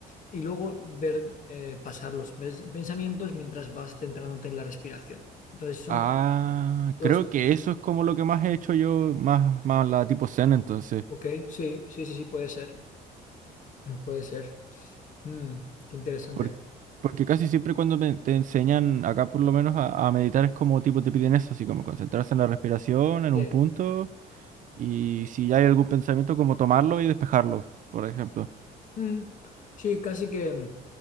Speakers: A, on the left; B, on the right.
A: y luego ver eh, pasar los pens- pensamientos mientras vas centrándote en la respiración. Entonces son
B: Ah,
A: dos,
B: creo que eso es como lo que más he hecho yo, más, más la tipo zen entonces.
A: ok, sí, sí, sí, sí, puede ser, puede ser. Mm, qué interesante.
B: Por- porque casi siempre cuando me- te enseñan, acá por lo menos, a, a meditar es como tipo te piden eso, así como concentrarse en la respiración, en
A: Sí.
B: un punto, y si ya hay algún pensamiento, como tomarlo y despejarlo, por ejemplo.
A: Mm, sí, casi que...